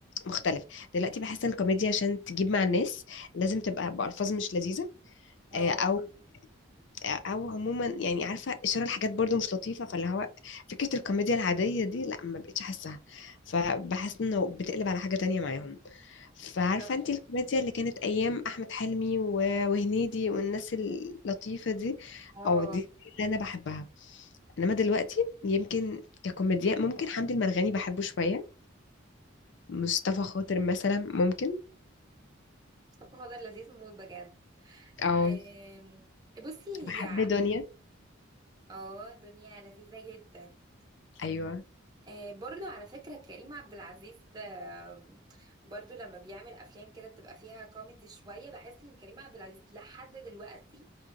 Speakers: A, on the left; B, on the right.
A: مختلف دلوقتي بحس ان الكوميديا عشان تجيب مع الناس لازم تبقى بألفاظ مش لذيذه
B: اه
A: آه، او او عموما يعني عارفه اشاره لحاجات برضو مش لطيفه فاللي هو فكره الكوميديا العاديه دي لا ما بقتش احسها فبحس انه بتقلب على حاجه تانية معاهم فعارفة
B: طب
A: انت الكوميديا اللي كانت ايام احمد حلمي و- وهنيدي والناس اللطيفة دي
B: اه
A: او دي اللي انا بحبها انما دلوقتي يمكن ككوميديا ممكن حمدي المرغني بحبه شوية مصطفى خاطر مثلا ممكن
B: طب هو ده لذيذ موت بجد
A: او
B: ام، بصي هي
A: بحب دنيا
B: اه دنيا لذيذة جدا
A: ايوه
B: آه، برضو على فكرة كريم عبد العزيز آه، برضو لما بيعمل أفلام كده بتبقى فيها كوميدي شوية بحس إن كريم عبد العزيز لحد دلوقتي